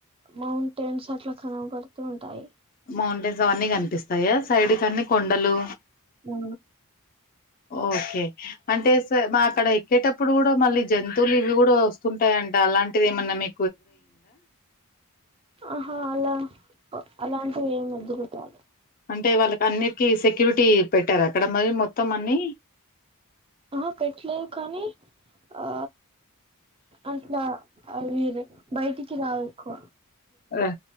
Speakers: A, on the right; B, on the left.
A: మౌంటైన్స్ అట్లా కనబడుతూ ఉంటాయి
B: మౌంటెన్స్ అవన్నీ కనిపిస్తాయాస్ సైడ్ కన్ని కొండలు
A: ఆ
B: ఓకే అంటే సే మా అక్కడ ఎక్కేటప్పుడు కూడా మళ్ళీ జంతువులు ఇవి కూడా వస్తుంటాయంట అలాంటిది ఏమన్నా మీ
A: ఆహా అలా అలా ఏం వద్దు కదా
B: అంటే వాళ్ళకి అన్నికి సెక్యూరిటీ పెట్టారు అక్కడ మరి మొత్తం అన్ని
A: ఆ పెట్టలేదు కానీ ఆ అట్లా అవీరే బయటికి రావకు
B: అ